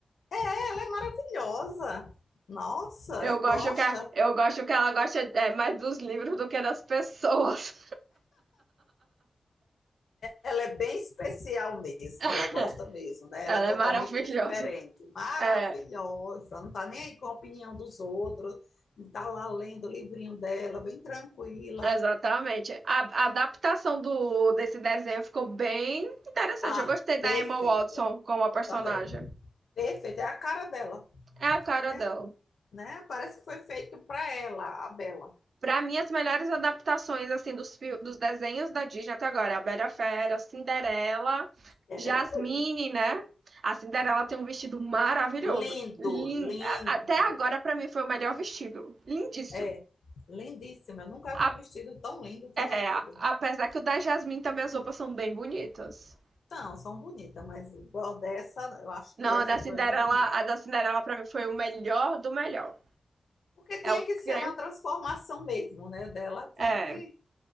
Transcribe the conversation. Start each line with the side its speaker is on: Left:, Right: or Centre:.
Left: Ela é maravilhosa. Nossa,
Right: Eu
Left: eu
Right: gosto
Left: gosto.
Right: que, a- eu gosto que ela gosta é, mais dos livros do que das pessoas.
Left: Ela é bem especial mesmo,
Right: <laughs>
Left: ela gosta mesmo, né?
Right: Ela
Left: Ela é totalmente
Right: é maravilhosa.
Left: diferente, maravilhosa,
Right: É,
Left: não está nem aí com a opinião dos outros, Está lá lendo o livrinho dela, bem tranquila.
Right: exatamente. A, a adaptação do, desse desenho ficou bem interessante.
Left: Ah,
Right: Eu gostei da
Left: perfeito.
Right: Emma Watson como a personagem.
Left: Eu também. Perfeito, é a cara dela,
Right: É a cara
Left: é,
Right: dela.
Left: né? Parece que foi feito para ela, a Bela.
Right: Pra mim, as melhores adaptações assim dos, fil- dos desenhos da Disney até agora é a Bela e a Fera, Cinderela,
Left: Era
Right: Jasmine,
Left: ela foi linda.
Right: né? A Cinderela tem um vestido maravilhoso.
Left: lindo,
Right: Lin-
Left: lindo,
Right: a- Até agora, pra mim, foi o melhor vestido. Lindíssimo.
Left: é, lindíssima. Eu nunca vi
Right: A-
Left: um vestido tão lindo que nem aquele.
Right: é, a- apesar que o da Jasmine também as roupas são bem bonitas.
Left: São, são bonitas, mas igual dessa, eu acho que
Right: Não,
Left: essa
Right: a da Cinderela,
Left: foi uma bonita.
Right: a da Cinderela pra mim foi o melhor do melhor.
Left: Porque tinha
Right: É o
Left: que
Right: creme.
Left: ser uma transformação mesmo, né? Dela tinha
Right: É,
Left: que,